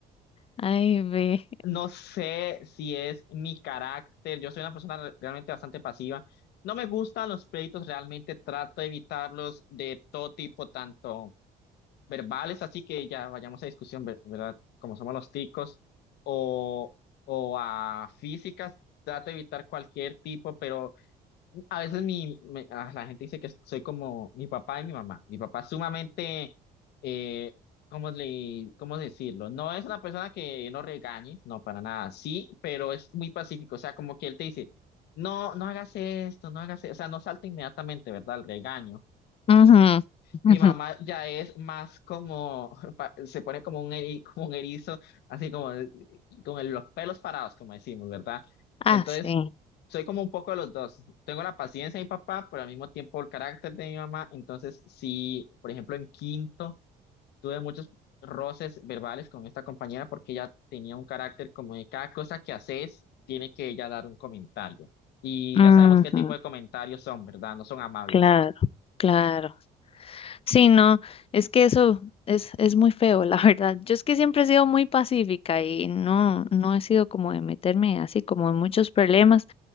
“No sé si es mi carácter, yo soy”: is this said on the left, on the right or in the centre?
Left